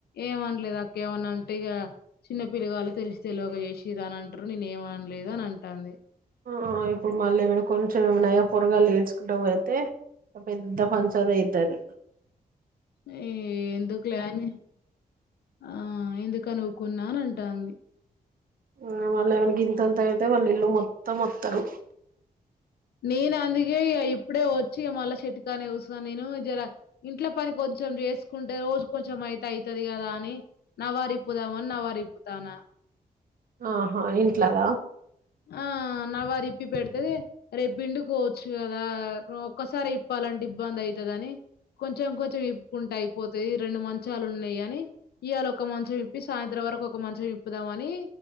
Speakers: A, on the left; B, on the right.
A: ఏమనలేదు అక్కేమన్నా అంటే ఇక చిన్న పిల్లగా వాళ్ళు తెలిసి తెలియక చేసిరు అని అంటారు, నేను ఏమనలేదు అని అంటాంది
B: ఆ ఇప్పుడు మళ్ళీ ఏమైనా కొంచెం ఏమనాయా పొరగాలు ఏడ్చుకుంటా పోతే ఇగా పెద్ద పంచాయతీ అయిదాది.
A: ఏ ఎందుకులేని ఆ ఎందుకు అన్ని ఉకున్నా, అంటంది.
B: ఆ వాళ్ళు ఏమనా గింతంతా అయితే వాళ్ళు ఇల్లు మొత్తం వత్తారు,
A: నేను అందుకే ఇప్పుడే వచ్చి మల్ల చెట్టుకానే కూసున్న నేను జర ఇంట్లో పనికి వచ్చ కొంచెం చేసుకుంటే రోజు కొంచెం అయితే అయితది కదా అని, నవారిపుదావని, నవారు ఇపుతానా,
B: ఆహా ఇంట్లదా
A: ఆ నవారి ఇప్పి పెడితే రేప్పిండికోవచ్చు కదా ఒక్కసారి ఇప్పాలంటే ఇబ్బంది అవుతుంది, కాని కొంచెం కొంచెం విప్పుకుంటూ అయిపోతుది రెండు మంచాలు ఉన్నాయి, అని ఇవాళ ఒక మంచం విప్పి సాయంత్రం ఇవరకు ఒక మంచం ఇప్పుదాం అని